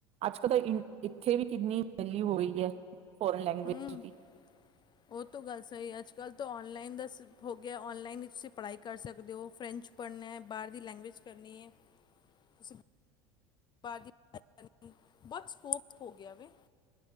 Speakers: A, on the right; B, on the left.
A: ਅੱਜ-ਕੱਲ੍ਹ ਤਾਂ ਇੱਥੇ ਵੀ ਕਿੰਨੀ ਵੈਲੂਯ ਹੋ ਰਹੀ ਹੈ। ਫੋਰਨ ਲੈਂਗੁਏਜ
B: ਹੂੰ
A: ਦੀ।
B: ਉਹ ਤੋਂ ਗੱਲ ਸਹੀ ਹੈ। ਅੱਜ-ਕੱਲ੍ਹ ਤਾਂ ਔਨਲਾਈਨ ਦਾ ਸ ਹੋ ਗਿਆ। ਔਨਲਾਈਨ ਹੀ ਤੁਸੀਂ ਪੜ੍ਹਾਈ ਕਰ ਸਕਦੇ ਹੋ ਫਰੈਂਚ ਪੜ੍ਹਨਾ ਬਾਹਰ ਦੀ ਲੈਗਵਏਜ ਕਰਨੀ ਹੈ ਤੁਸੀ ਬਾਹਰ ਦੀ ਲੈਂਗੂਏਜ ਬਹੁਤ ਸਕੋਪ ਹੋ ਗਿਆ ਵ